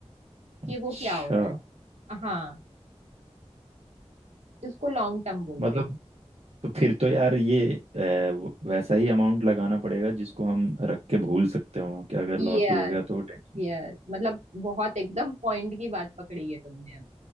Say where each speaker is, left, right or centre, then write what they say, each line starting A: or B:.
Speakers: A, on the right; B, on the right.
A: कि
B: अच्छा
A: वो क्या हो रहा है हाँ इसको लॉन्ग टर्म बोलते
B: मतलब
A: हैं
B: तो फिर तो यार ये अ, व- वैसा ही अमाउंट लगाना पड़ेगा जिसको हम रख के भूल सकते हो कि अगर लॉस
A: यस
B: भी हो गया तो टेंशन
A: यस मतलब बहुत एकदम पॉइंट की बात पकड़ी है तुमने अब